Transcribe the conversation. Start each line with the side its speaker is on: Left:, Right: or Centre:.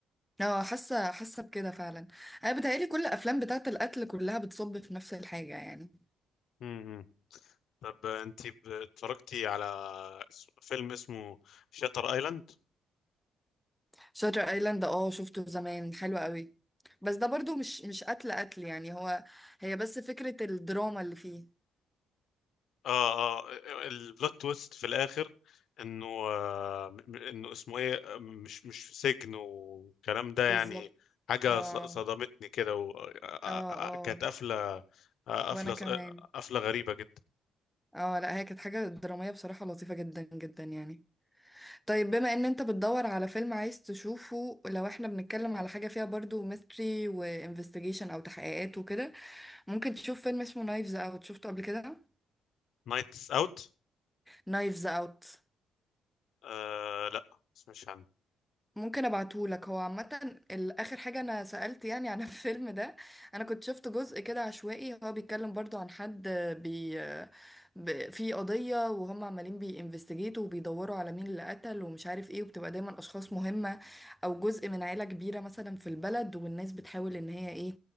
Centre: اه حاسة حاسة بكده فعلا انا بتهيألي كل الافلام بتاعة القتل كلها بتصب في نفس الحاجة يعني
Left: مم. طب انت ب- اتفرجتي على اس- فيلم اسمه شاتر ايلاند
Centre: شاتر ايلاند اه شفته زمان حلو قوي بس ده برضو مش مش قتل قتل يعني هو هي بس فكرة الدراما اللي فيه
Left: اه اه البلوت تويست في الاخر انه آه م- انه اسمه ايه آه، مش مش في سجن والكلام ده
Centre: بالظبط
Left: يعني حاجه
Centre: اه
Left: ص- صدمتني كده و... آه، آه،
Centre: اه اه
Left: آه، كانت قفله آه، قفله
Centre: وانا كمان
Left: ص- آه، قفله غريبه جدا
Centre: اه لا هي كانت حاجة درامية بصراحة لطيفة جدا جدا يعني طيب بما ان انت بتدور على فيلم عايز تشوفه لو احنا بنتكلم على حاجة فيها برضو ميستري وانفستيجيشن او تحقيقات وكده ممكن تشوف فيلم اسمه نايفز اوت شفته قبل كده
Left: نايتس اوت
Centre: نايفز اوت
Left: آه لا مش عنه
Centre: ممكن ابعتهولك هو عامة ال- اخر حاجة انا سألت يعني عن <laughs> الفيلم ده انا كنت شفت جزء كده عشوائي هو بيتكلم برضو عن حد بي ب- في قضية وهم عمالين بينفستيجيتوا وبيدوروا على مين اللي قتل ومش عارف ايه وبتبقى دايما اشخاص مهمة او جزء من عيلة كبيرة مثلا في البلد والناس بتحاول ان هي ايه